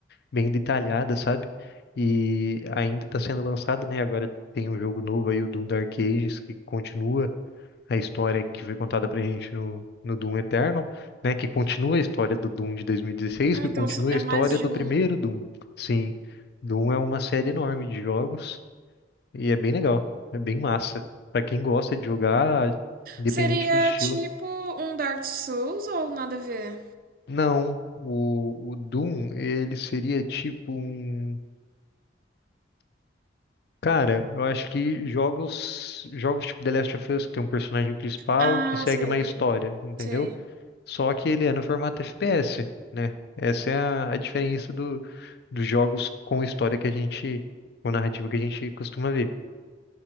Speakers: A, on the left; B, on the right.
A: bem detalhada, sabe? E ainda está sendo lançado, né? Agora tem um jogo novo aí, o Doom Dark Ages, que continua a história que foi contada pra gente no, no Doom Eternal, né? Que continua a história do Doom de 2016,
B: Ah,
A: que
B: então
A: continua
B: só- é
A: a história
B: mais de
A: do
B: um.
A: primeiro Doom. Sim, Doom é uma série enorme de jogos e é bem legal, é bem massa. Pra quem gosta de jogar, independente
B: Seria
A: do estilo.
B: tipo um Dark Souls ou nada a ver?
A: Não, o, o Doom, ele seria tipo um Cara, eu acho que jogos, jogos tipo The Last of Us, que tem um personagem principal
B: Ah,
A: que segue
B: sei,
A: uma história, entendeu?
B: sei.
A: Só que ele é no formato FPS, né? Essa é a, a diferença do, dos jogos com história que a gente, com narrativa que a gente costuma ver.